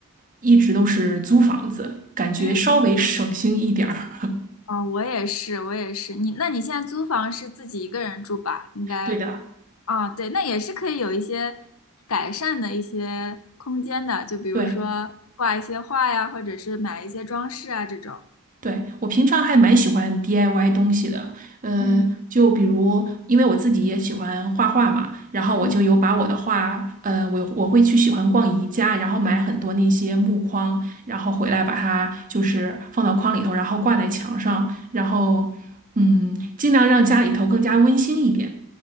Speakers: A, on the right (about 35°); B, on the left (about 75°).
A: 一直都是租房子，感觉稍微省心一点儿。
B: 嗯嗯，
A: <laughs>
B: 哦，我也是，我也是。你，那你现在租房是自己一个人住吧？应该，
A: 对的，
B: 哦，对，那也是可以有一些改善的一些空间的，就比如说挂一些画呀，
A: 对。
B: 或者是买一些装饰啊这种。
A: 对，我平常还蛮喜欢 DIY 东西的，呃，
B: 嗯
A: 就比如因为我自己也喜欢画画嘛，然后我就有把我的画，
B: 嗯，
A: 呃，我我会去喜欢逛宜家，然后买很多那些木框，然后回来把它就是放到框里头，然后挂在墙上，然后嗯，尽量让家里头更加温馨一点。